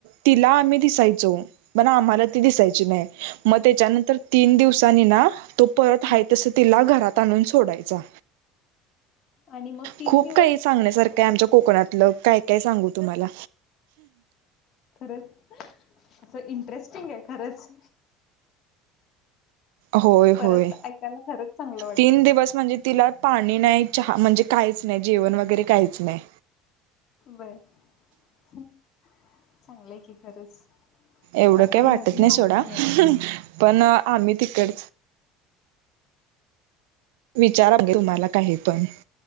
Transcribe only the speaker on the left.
हां.
आणि मग
दिवस
खरंच असं इंटरेस्टिंग आहे खरंच
परत
ऐकायला खरंच चांगलं वाटेल
बर चांगलंय की खरंच
काहीतरी
नवीन
माहिती
मिळाली